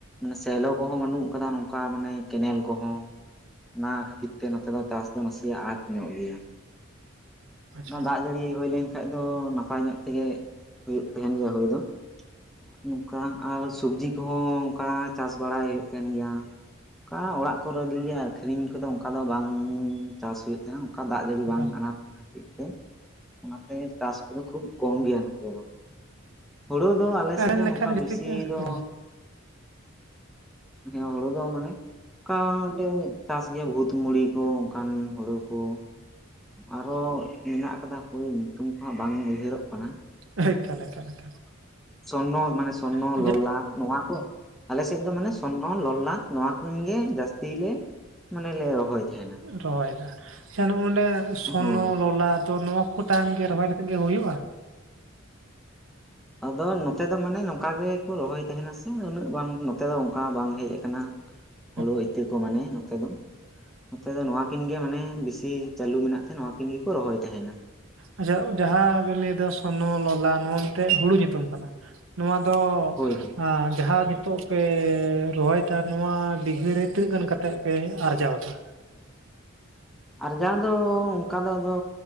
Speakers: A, in the centre; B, on the right (about 70°).
A: ᱥᱮᱞᱚ ᱠᱚᱦᱚᱸ ᱵᱟᱹᱱᱩᱜ ᱟᱠᱟᱫᱟ ᱱᱚᱝᱠᱟ ᱢᱟᱱᱮ ᱠᱮᱱᱮᱞ ᱠᱚᱦᱚᱸ᱾ ᱚᱱᱟ ᱠᱷᱟᱹᱛᱤᱨ ᱛᱮ ᱱᱚᱛᱮ ᱫᱚ ᱪᱟᱥ ᱫᱚ ᱱᱟᱥᱮᱭᱟᱜ ᱟᱸᱴ ᱧᱚᱜ ᱜᱮᱭᱟ᱾
B: ᱟᱪᱪᱷᱟ
A: ᱫᱟᱜ ᱡᱟᱹᱲᱤ ᱦᱩᱭ ᱞᱮᱱᱠᱷᱟᱡ ᱫᱚ ᱱᱟᱯᱟᱭ ᱧᱚᱜ ᱛᱮᱜᱮ ᱦᱳᱭᱳᱜ ᱛᱟᱦᱮᱱ ᱜᱮᱭᱟ ᱦᱳᱭ ᱫᱚ ᱱᱚᱝᱠᱟ ᱟᱨ ᱥᱚᱵᱽᱡᱤ ᱠᱚᱦᱚᱸ ᱚᱱᱠᱟ ᱪᱟᱥ ᱵᱟᱲᱟᱭ ᱛᱟᱦᱮᱱ ᱜᱮᱭᱟ, ᱚᱱᱠᱟ ᱚᱲᱟᱜ ᱠᱚᱨᱮ ᱜᱮ ᱟᱹᱠᱷᱨᱤᱧ ᱠᱚᱫᱚ ᱚᱱᱠᱟ ᱫᱚ ᱵᱟᱝᱻ ᱪᱟᱥ ᱦᱩᱭᱩᱜ ᱛᱟᱦᱮᱱᱟ, ᱚᱱᱠᱟ ᱫᱟᱜ ᱡᱟᱹᱲᱤ
B: ᱮᱠᱟᱞ
A: ᱵᱟᱝ ᱟᱱᱟᱴ ᱠᱷᱟᱹᱛᱤᱨ ᱛᱮ ᱚᱱᱟᱛᱮ ᱪᱟᱥ ᱠᱚᱫᱚ ᱠᱷᱩᱵ ᱠᱚᱢ ᱜᱮᱭᱟ ᱱᱚᱛᱮ ᱫᱚ᱾ ᱦᱩᱲᱩ ᱫᱚ ᱟᱞᱮ
B: ᱮᱢᱮᱱ
A: ᱥᱮᱫ ᱫᱚ
B: ᱞᱮᱠᱷᱟᱱ
A: ᱱᱚᱝᱠᱟ
B: ᱡᱩᱠᱛᱤ
A: ᱵᱮᱥᱤ
B: ᱜᱮ
A: ᱫᱚ
B: ᱮᱠᱟᱞ
A: ᱦᱮᱸ ᱦᱳᱲᱳ ᱫᱚ ᱢᱟᱱᱮ ᱚᱱᱠᱟ ᱞᱮ ᱪᱟᱥ ᱜᱮᱭᱟ ᱵᱷᱩᱛ ᱢᱩᱲᱤ ᱠᱚ ᱾ ᱚᱱᱠᱟᱱ ᱦᱩᱲᱩ ᱠᱚ᱾ ᱟᱨᱦᱚᱸ ᱢᱮᱱᱟᱜ ᱟᱠᱟᱫᱟ ᱦᱟᱯᱳᱭ ᱧᱩᱛᱩᱢ ᱠᱚᱦᱚᱸ ᱵᱟᱝ ᱩᱭᱦᱟᱹᱨᱚᱜ ᱠᱟᱱᱟ᱾
B: ᱮᱠᱟᱞ ᱮᱠᱟᱞ ᱮᱠᱟᱞ
A: ᱥᱚᱨᱱᱚ ᱢᱟᱱᱮ ᱥᱚᱨᱱᱚ
B: ᱦᱮᱸ
A: ᱞᱚᱞᱟᱴ ᱱᱚᱣᱟ ᱠᱚ ᱾ ᱟᱞᱮ ᱥᱮᱫ ᱫᱚ ᱢᱟᱱᱮ ᱥᱚᱨᱱᱚ, ᱞᱚᱞᱟᱴ ᱱᱚᱣᱟ ᱠᱤᱱ ᱜᱮ ᱡᱟᱹᱥᱛᱤ ᱞᱮ ᱢᱟᱱᱮᱞᱮ ᱨᱚᱦᱚᱭ ᱛᱟᱦᱮᱱᱟ᱾
B: ᱨᱚᱦᱚᱭᱫᱟ ᱟᱪᱪᱷᱟ ᱱᱚᱜ ᱱᱚᱸᱰᱮ ᱥᱚᱨᱱᱚ
A: ᱦᱳᱭ
B: ᱞᱚᱞᱟᱴ ᱫᱚ ᱱᱚᱣᱟ ᱠᱚ ᱴᱟᱝ ᱜᱮ ᱨᱚᱦᱚᱭ ᱞᱮᱠᱷᱟᱡ ᱜᱮ ᱦᱩᱭᱩᱜᱼᱟ?
A: ᱟᱫᱚ ᱱᱚᱛᱮ ᱫᱚ ᱢᱟᱱᱮ ᱱᱚᱝᱠᱟ ᱜᱮᱠᱚ ᱨᱚᱦᱚᱭ ᱛᱟᱦᱮᱱᱟ ᱥᱮ ᱩᱱᱟᱹᱜ ᱵᱟᱝ ᱱᱚᱛᱮ ᱫᱚ ᱚᱱᱠᱟ ᱵᱟᱝ ᱦᱮᱡ ᱟᱠᱟᱱᱟ᱾
B: <inaudible>
A: ᱦᱳᱲᱳ ᱤᱛᱟᱹᱠᱚ ᱢᱟᱱᱮ ᱱᱚᱛᱮ ᱫᱚ ᱱᱚᱛᱮ ᱫᱚ ᱱᱚᱣᱟᱠᱤᱱ ᱜᱮ ᱢᱟᱱᱮ ᱵᱤᱥᱤ ᱪᱟᱹᱞᱩ ᱢᱮᱱᱟᱜ ᱛᱮ, ᱱᱚᱣᱟ ᱠᱤᱱ ᱜᱮᱠᱚ ᱨᱚᱦᱚᱭ ᱛᱟᱦᱮᱱᱟ᱾
B: ᱟᱪᱪᱷᱟ ᱡᱟᱦᱟᱸ ᱵᱮᱱ ᱞᱟᱹᱭ ᱮᱫᱟ ᱥᱚᱱᱱᱚ ᱞᱚᱞᱟ ᱱᱚᱣᱟ ᱢᱤᱫᱴᱮᱡ ᱦᱩᱲᱩ ᱧᱩᱛᱩᱢ ᱠᱟᱱᱟ ᱾ ᱱᱚᱣᱟ ᱫᱚ
A: ᱦᱳᱭ ᱦᱳᱭ
B: ᱟᱸᱻ ᱡᱟᱦᱟᱸ ᱱᱤ ᱛᱚᱜ ᱯᱮ ᱨᱚᱦᱚᱭ ᱮᱫᱟ ᱾ ᱱᱚᱣᱟ ᱵᱤᱜᱷᱟᱹ ᱨᱮ ᱛᱤᱱᱟᱹᱜ ᱜᱟᱱ ᱠᱟᱛᱮᱫ ᱯᱮ ᱟᱨᱡᱟᱣ ᱮᱫᱟ?
A: ᱟᱨᱡᱟᱣ ᱫᱚ ᱚᱱᱠᱟ ᱫᱚ ᱟᱫᱚ